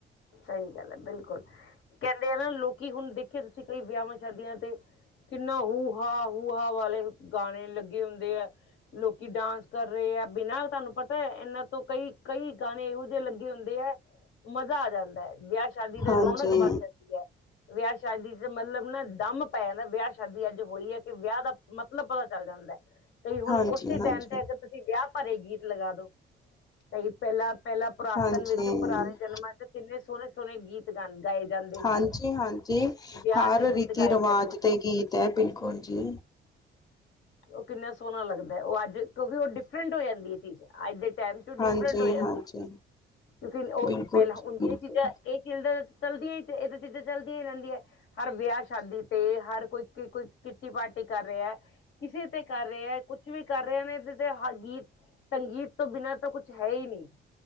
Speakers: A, on the left; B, on the left.
A: ਸਹੀ ਗੱਲ ਹੈ, ਬਿਲਕੁਲ ਕਹਿੰਦੇ ਆ ਨਾ ਲੋਕੀ ਹੁਣ ਦੇਖਿਆ ਤੁਸੀਂ, ਕਈ ਵਿਆਹਾਂ ਸ਼ਾਦੀਆਂ ਤੇ ਕਿੰਨਾ ਹੂ ਹਾ ਹੂ ਹਾ ਵਾਲੇ ਗਾਣੇ ਲੱਗੇ ਹੁੰਦੇ ਹੈ ਲੋਕੀ, ਡਾਂਸ ਕਰ ਰਹੇ ਆ ਬਿਨਾਂ ਤੁਹਾਨੂੰ ਪਤਾ ਹੈ ਇਹਨਾਂ ਤੋਂ ਕਈ, ਕਈ ਗਾਣੇ ਇਹੋ ਜਿਹੇ ਲੱਗੇ ਹੁੰਦੇ ਹੈ ਜਾਂਦਾ ਹੈ, ਵਿਆਹ ਸ਼ਾਦੀ ਤੇ
B: ਹਾਂਜੀ,
A: ਰੌਣਕ ਵੱਧ ਜਾਂਦੀ ਹੈ। ਵਿਆਹ ਸ਼ਾਦੀ ਚ ਮਤਲਬ ਨਾ ਦਮ ਪੈ ਜਾਂਦਾ, ਵਿਆਹ ਸ਼ਾਦੀ ਅੱਜ ਹੋਈ ਐ, ਕਿ ਵਿਆਹ ਦਾ ਮਤਲਬ ਪਤਾ ਚੱਲ ਜਾਂਦਾ ਐ, ਕਿ ਹੁਣ
B: ਹਾਂਜੀ,
A: ਉਸੇ
B: ਹਾਂਜੀ,
A: ਟੈਮ ਤੇ ਅਗਰ ਤੁਸੀਂ ਵਿਆਹ ਭਰੇ ਗੀਤ ਲਗਾ ਦੋ। ਕਈ ਪਹਿਲਾਂ-ਪਹਿਲਾਂ ਪੁਰਾਤਨ
B: ਹਾਂਜੀ।
A: ਵਿੱਚ, ਪੁਰਾਣੇ ਜਨਮਾਂ ਚ ਕਿੰਨੇ ਸੋਹਣੇ- ਸੋਹਣੇ ਗੀਤ ਗਾਏ ਜਾਂਦੇ ਸੀ,
B: ਹਾਂਜੀ, ਹਾਂਜੀ
A: ਵਿਆਹ
B: ਹਰ
A: ਤੇ ਗੀਤ
B: ਰੀਤੀ
A: ਗਾਏ
B: ਰਿਵਾਜ
A: ਜਾਂਦੇ ਸੀ।
B: ਗੀਤ ਤੇ ਬਿਲਕੁਲ ਜੀ।
A: ਉਹ ਕਿੰਨਾ ਸੋਹਣਾ ਲੱਗਦਾ ਐ, ਉਹ ਅੱਜ ਕਿਉਂਕਿ ਉਹ ਡਿਫਰੈਂਟ ਹੋ ਜਾਂਦੀ ਏ ਚੀਜ਼, ਅੱਜ ਦੇ ਟੈਮ ਚ ਡਿਫਰੈਂਟ
B: ਹਾਂਜੀ,
A: ਹੋ ਜਾਂਦੀ।
B: ਹਾਂਜੀ
A: ਲੇਕਿਨ ਉਹ
B: ਬਿਲਕੁਲ
A: ਪਹਿਲਾਂ ਉਨ
B: ਜੀ ਬਿਲਕੁਲ।
A: ਚੀਜ਼ਾਂ ਇਹ ਚੀ ਚਲਦੀਆਂ ਹੀ, ਇਹ ਦੋ ਚੀਜ਼ਾਂ ਚਲਦੀਆਂ ਹੀ ਰਹਿੰਦੀਆਂ ਐ। ਹਰ ਵਿਆਹ ਸ਼ਾਦੀ ਤੇ, ਹਰ ਕੋਈ-ਕੋਈ ਕਿੱਟੀ ਪਾਰਟੀ ਕਰ ਰਿਹਾ, ਕਿਸੇ ਤੇ ਕਰ ਰਿਹਾ ਹੈ ਕੁਛ। ਕੁਛ ਵੀ ਕਰ ਰਹੇ ਨੇ, ਤੇ ਗੀਤ ਸੰਗੀਤ ਤੋਂ ਬਿਨਾਂ ਤਾਂ ਕੁਛ ਹੈ ਹੀ ਨਹੀਂ।